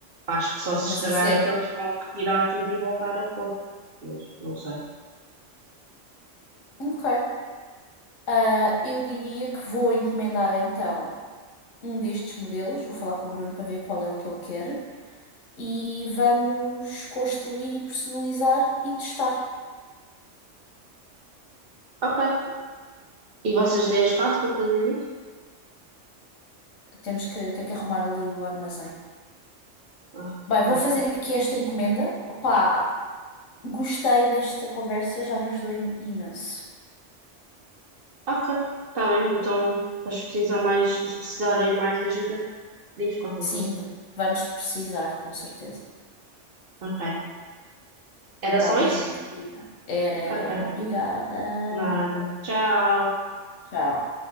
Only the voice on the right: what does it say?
acho que só se
estragar
é que eles vão retirar tudo e voltar a pôr. Mas não sei.
Ok. E vocês têm espaço para fazer isto?
Ah,
ok.
Ok. Está bem. Então, mas se precisar mais, se precisarem mais de ajuda, diz qualquer coisa.
Ok. Era
só
isso?
Ok.
Nada. Tchau.